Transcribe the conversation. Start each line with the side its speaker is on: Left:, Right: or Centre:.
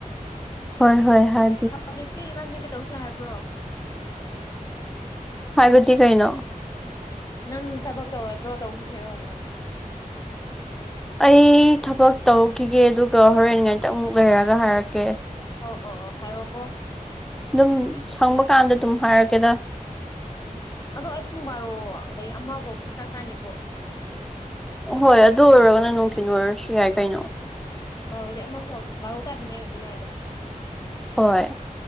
Centre: ꯍꯣꯏ ꯍꯣꯏ ꯍꯥꯏ
Left: ꯍꯧꯖꯤꯛꯇꯤ ꯏꯕꯥꯅꯤ ꯀꯩꯗꯧꯁꯦ ꯍꯥꯏꯕ꯭ꯔꯣ
Centre: ꯍꯥꯏꯕꯗꯤ ꯀꯩꯅꯣ
Left: ꯅꯪ ꯊꯕꯛ ꯇꯧꯔꯗ꯭ꯔꯣ ꯇꯧꯁꯤꯔꯣ ꯍꯥꯏ
Centre: ꯑꯩ ꯊꯕꯛ ꯇꯧꯈꯤꯒꯦ ꯑꯗꯨꯒ ꯍꯣꯔꯦꯟ ꯉꯥꯏꯇ ꯑꯃꯨꯛ ꯂꯩꯔꯒ ꯍꯥꯏꯔꯛꯀꯦ
Left: ꯑꯣ ꯑꯣ ꯑꯣ ꯍꯥꯏꯔꯣꯀꯣ
Centre: ꯑꯗꯨꯝ ꯁꯪꯕ ꯀꯥꯟꯗ ꯑꯗꯨꯝ ꯍꯥꯏꯔꯛꯀꯦꯗ
Left: ꯎꯝ ꯑꯗꯣ ꯑꯩ ꯄꯨꯡ ꯕꯥꯔꯣ ꯑꯗꯩ ꯑꯃꯐꯧꯗꯤ ꯆꯥꯛ ꯆꯥꯅꯤꯕꯣ
Centre: ꯍꯣꯏ ꯑꯗꯨ ꯑꯣꯏꯔꯒꯅ ꯅꯨꯡꯊꯤꯤꯟ ꯑꯣꯏꯔꯁꯨ ꯌꯥꯏ ꯀꯩꯅꯣ
Left: ꯎꯝ ꯃꯔꯨꯗꯤ ꯑꯃ ꯃꯔꯧ ꯇꯥꯗꯉꯩ ꯑꯣꯏꯗꯤ ꯍꯥꯏꯏꯗ
Centre: ꯍꯣꯏ